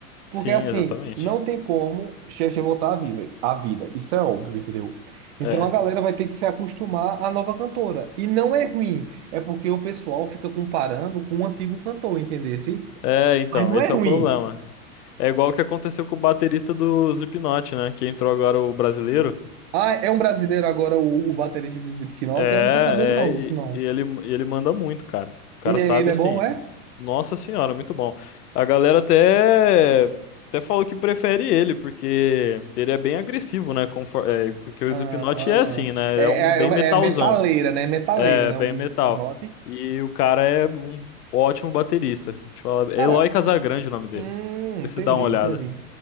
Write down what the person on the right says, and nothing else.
Porque assim,
não tem como Cher voltar à vida, à vida. Isso é óbvio, entendeu? Então
a galera vai ter que se acostumar à nova cantora. E não é ruim, é porque o pessoal fica comparando com o antigo cantor, entendesse?
Mas não
é ruim.
Ah, é um brasileiro agora o, o baterista do Slipknot?
Eu não tô sabendo não
disso não.
E é-
ele é
bom, é?
Ah,
ah.
é,
é,
é metaleira, né? Metaleira,
né?
O
Slipknot.
Cara,
Hum,
entendi,
entendi.